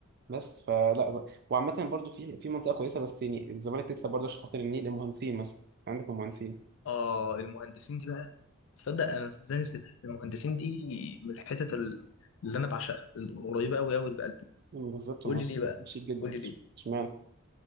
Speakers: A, on the right (about 45°); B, on the left (about 60°).
A: بس فلا ب... وعامة برضو في في منطقة كويسة بس يعني الزمالك تكسب برضه عشان خاطر النيل المهندسين مثلا عندك المهندسين
B: اه المهندسين دي بقى تصدق انا ازاي نسيتها المهندسين دي من الحتت ال- اللي انا بعشقها القريبه قوي قوي لقلبي
A: مم، بالظبط
B: قول
A: هم
B: لي ليه بقى
A: شيك جدا
B: قول لي ليه
A: اشمعنى